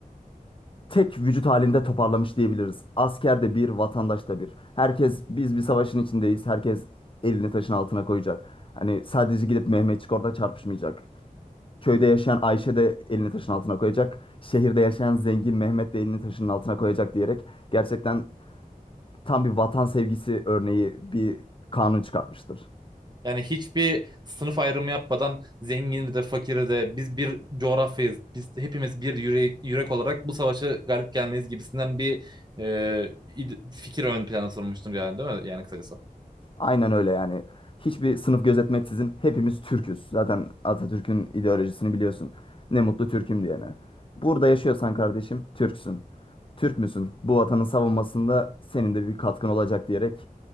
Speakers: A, on the left; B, on the right.
A: tek vücut halinde toparlamış diyebiliriz. Asker de bir, vatandaş da bir. Herkes biz bir savaşın içindeyiz. Herkes elini taşın altına koyacak. Hani sadece gidip Mehmetçik orada çarpışmayacak. Köyde yaşayan Ayşe de elini taşın altına koyacak. Şehirde yaşayan zengin Mehmet de elini taşın altına koyacak diyerek gerçekten tam bir vatan sevgisi örneği bir kanun çıkartmıştır.
B: Yani hiçbir sınıf ayrımı yapmadan zengini de fakiri de biz bir coğrafyayız. Biz hepimiz bir yürek, yürek olarak bu savaşı galip gelmeliyiz gibisinden bir e, id- fikir ön plana sormuştur yani değil mi? Yani kısacası.
A: Aynen öyle yani. Hiçbir sınıf gözetmeksizin hepimiz Türküz. Zaten Atatürk'ün ideolojisini biliyorsun. Ne mutlu Türk'üm diyene. Burada yaşıyorsan kardeşim Türksün. Türk müsün? Bu vatanın savunmasında senin de bir katkın olacak diyerek